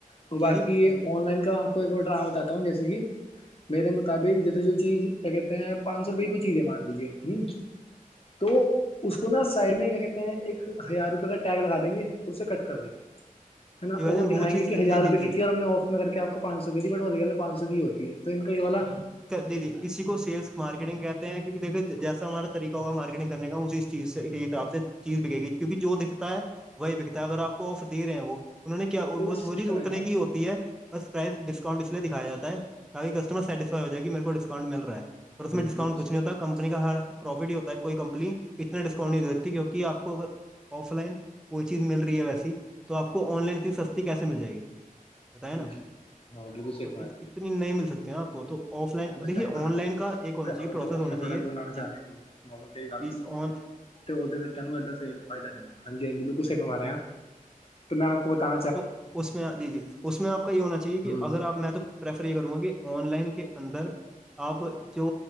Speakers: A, on the left; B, in the centre.
A: اور
B: جی
A: باقی
B: جی جی
A: یہ آن لائن کا ایک آڈر آ بتاتا ہوں جیسے کہ میرے مطابق جیسے جو چیز کیا کہتے ہیں آپ پانچ سو روپئے کو چیزیں مان لیجیے ہ تو اس کو نا سائڈ میں کیا کہتے ہیں ایک ہزار روپے کا ٹگ لگا دیں گے اور اسے کٹ کر دیں گے ہے نا
B: بھائی
A: وہ
B: جان
A: دکھائیں
B: چیز
A: گے ہزار
B: جی
A: روپئے
B: جی
A: کی
B: جی
A: تھی اور ہم آف میں کر کے آپ کوانچ سو کی ت بٹ اور ریل نے پان سو کی ہوتی ہے تو ان کا یہ والا
B: دی اسی کو سیلس مارکیٹنگ کہتے ہیں کیونک دیکھے جیسا ہمارا طریہ ہوگ ماریٹنگ کرنے کا اسی چیز سے حساب سے چیز بکے گی کیک کہ جو دکھتا ہے وہی بکتا ہے اگر آپ کو آف دے رہے ہیں وہ انہوں نے کیا وہ
A: سسٹم
B: چیز اتنے
A: ہے نا
B: کی ہی ہوتی ہے بس پرائز ڈسکاؤنٹ اس لیے دکھایا جاتا ہے کسٹمر سیٹسفائی ہو جائے گی میرے کو ڈسکاؤنٹ مل رہا ہے اور اس
A: ہوں
B: میں ڈسکانٹ
A: بالکل
B: کچھ
A: صحیح
B: نہیں ہوتا
A: ہاں
B: کمپنی کا ہر پروفٹ ہی ہوتا ہے کوئی کمپنی اتنا ڈسکاؤنٹ نہیں د دیتی کیکہ آپ کو اگر آف لائن کوئی چیز مل رہی ہے ویسی تو آ کو آن لائن اتنی سستی کیسے مل جائے گی بتائیں نا
A: جی ہاں بالکل سیکھنااپ
B: تو اتنی نہیں مل سکتے ہیں آپ کو تو آف لائن دیکھیے
A: چاہیں گا نا
B: آن لائن کا ایک ہونا چاہیے
A: اگر
B: پروسیس
A: ت اپنا
B: ہونا چاہیے
A: پروڈکٹ بنانا
B: جی
A: چاہے کو نارمل تری گ
B: جی
A: دسا نا
B: آن
A: تو اد ت اد سیل پائا نہیں ہے ہاںی ہاںی بالکل سف مارے ہ تو میں آپ کو بتاوں
B: تو اس میں جی جی اس میں آپ کا یہ ہونا چاہیے کہ
A: ہوں
B: اگر آپ میں تو پرریفر یہ کروں گا کہ آن لائن کے اندر آپ جو